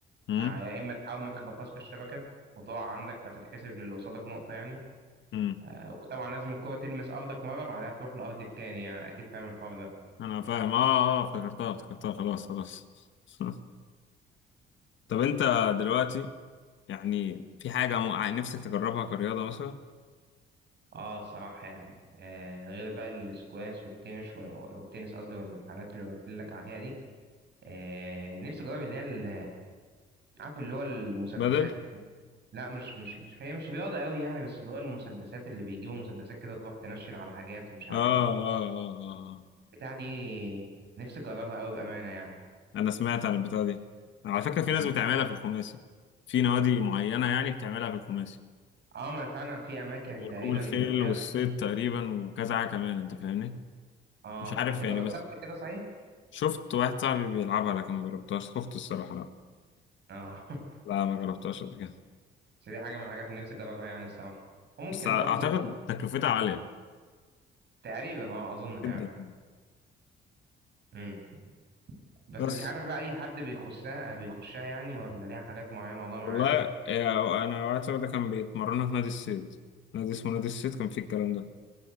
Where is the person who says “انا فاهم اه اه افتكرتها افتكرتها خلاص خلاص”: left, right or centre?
Left